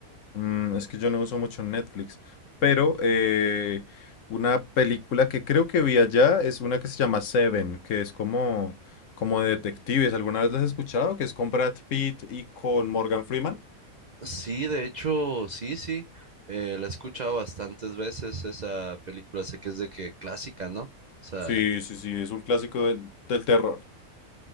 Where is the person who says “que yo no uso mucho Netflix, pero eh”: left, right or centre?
Left